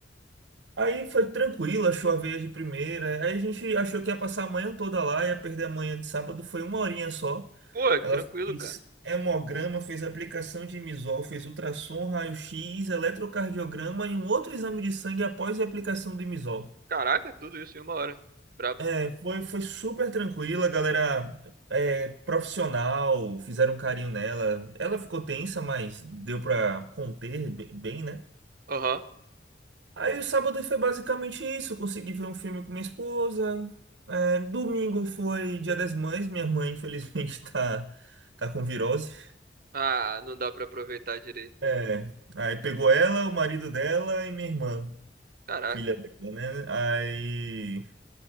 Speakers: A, on the right; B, on the right.
A: Aí foi tranquilo, achou a veia de primeira. Aí a gente achou que ia passar a manhã toda lá, ia perder a manhã de sábado, foi uma horinha só.
B: Pô, que
A: Ela
B: tranquilo,
A: fez
B: cara.
A: hemograma, fez aplicação de imisol, fez ultrassom, raio-x, eletrocardiograma e um outro exame de sangue após a aplicação do imisol.
B: Caraca, tudo isso em uma hora. Brabo.
A: É, foi, foi super tranquila, a galera é, profissional, fizeram um carinho nela. Ela ficou tensa, mas deu pra conter bem, bem, né?
B: Aham.
A: Aí o sábado foi basicamente isso. Consegui ver um filme com minha esposa. É, domingo foi Dia das Mães. Minha mãe, infelizmente, <laughs> tá, tá com virose.
B: Ah, não dá pra aproveitar direito, né?
A: É, aí pegou ela, o marido dela e minha irmã,
B: Caraca.
A: filha dela, né? Aí